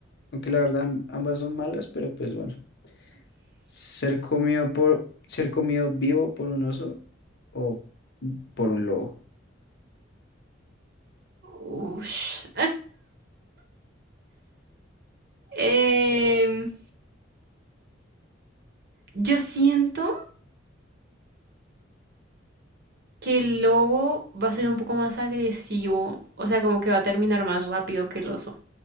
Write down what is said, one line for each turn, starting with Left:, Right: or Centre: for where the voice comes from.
Left: aunque la verdad am- ambas son malas, pero pues bueno. Ser comido por, ser comido vivo por un oso o por un lobo.
Right: Ush. Em, yo siento que el lobo va a ser un poco más agresivo, o sea, como que va a terminar más rápido que el oso,